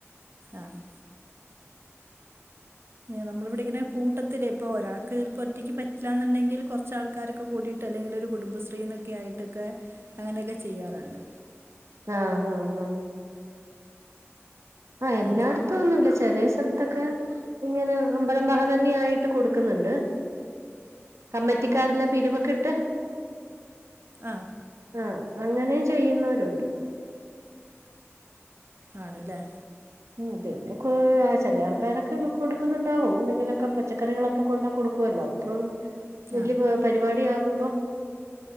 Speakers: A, on the right; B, on the right.
A: ആഹ് നമ്മളിവിടെ ഇങ്ങനെ കൂട്ടത്തിലെ ഇപ്പൊ ഒരാൾക്ക്പ്പൊ ഒറ്റക്ക് പറ്റില്ലന്നുണ്ടെങ്കിൽ കുറച്ചാൾക്കാരൊക്കെ കൂടിട് അല്ലെങ്കിലൊരു കുടുംബശ്രീനൊക്കെ ആയിട്ടൊക്കെ അങ്ങനെയൊക്കെ ചെയ്യാറുണ്ട്.
B: ആഹ ഹഹ് ഹഹ് ആഹ എല്ലായിടത്തും
A: അതെ
B: ഒന്നുംല്ല ചില സ്ഥലത്ത് ത്തൊക്കെ ഇങ്ങനെ അമ്പലം വക തന്നെ ആയിട്ട് കൊടുക്കുന്നുണ്ട് കമ്മിറ്റിക്കാരെല്ലാം പിരിവൊക്കെ ഇട്ട്
A: ആഹ്
B: ആഹ് അങ്ങനെ ചെയ്യുന്നവരുണ്ട്
A: ആണല്ലേ
B: ഉ പിന്നെ ചില ആൾക്കാരൊക്കെ കൊടുക്കുന്നുണ്ടാവും എന്തെങ്കിലുമൊക്കെ പച്ചക്കറികളൊക്കെ കൊണ്ട് കൊടുക്കുവായിരിക്കും ല്ലോ അത്ര വലിയ
A: ആ
B: പരിപാടി ആകുമ്പോ